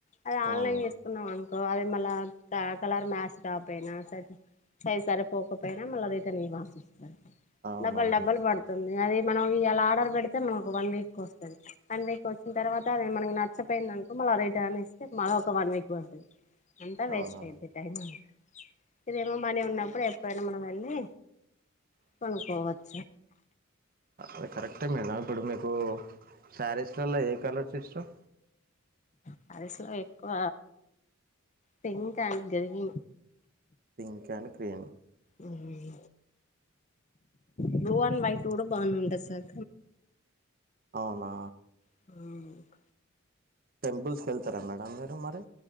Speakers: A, on the left; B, on the right.
A: అది ఆన్లైన్
B: అవునా
A: చేస్ కున్నాం అనుకో అది మళ్ళ క కలర్ మ్యాస్ కాపోయినా సద్ సైజ్ సరిపోకపోయినా మల్లా రిటర్న్ ఇవ్వాల్సి వస్తది
B: అవునా
A: డబల్
B: మేడం
A: డబల్ పడు తుంది అది మనం ఇయ్యాల ఆర్డర్ పెడితే మనకు ఒక వన్ వీక్ వస్తాది వన్ వీక్ వచ్చిన తర్వాత అది మనకి న చ్చపోయిందనుకో మళ్ళా రిటర్న్ ఇస్తే మళ్ళ ఒక వన్ వీక్ పడుతది అంతా వేస్ట్
B: అవునా
A: అయిద్ది టైం అం ఇదేమో మనీ ఉన్నప్పుడు ఎప్పుడైనా మనం వెళ్ళి కొనుక్కోవచ్చు
B: అ కరెక్టే మేడం ఇప్పుడు మీకు సారీస్ లలో ఏ కలర్స్ ఇష్టం
A: సారీస్‌లో ఎక్కువ pink and green
B: pink and green
A: hum blue and white కూడా బానే ఉంటది సార్
B: అవునా
A: హా
B: టెంపుల్స్కి వెళ్తారా మేడం మీరు మరి